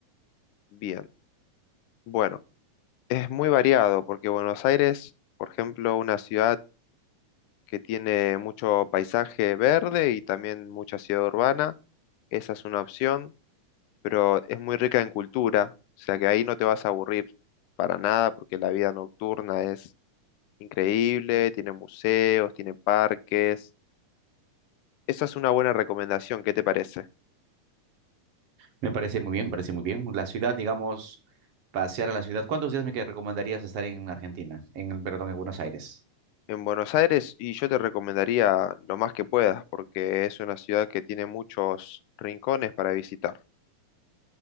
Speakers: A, on the left; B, on the right.
A: Bien, bueno, es muy variado porque Buenos Aires, por ejemplo, una ciudad que tiene mucho paisaje verde y también mucha ciudad urbana, esa es una opción. pero es muy rica en cultura, o sea que ahí no te vas a aburrir para nada porque la vida nocturna es increíble, tiene museos, tiene parques. Esa es una buena recomendación, ¿qué te parece?
B: Me parece muy bien, me parece muy bien. La ciudad, digamos, pasear a la ciudad. ¿Cuántos días me que recomendarías estar en Argentina, en, perdón, en Buenos Aires?
A: En Buenos Aires, y yo te recomendaría lo más que puedas, porque es una ciudad que tiene muchos rincones para visitar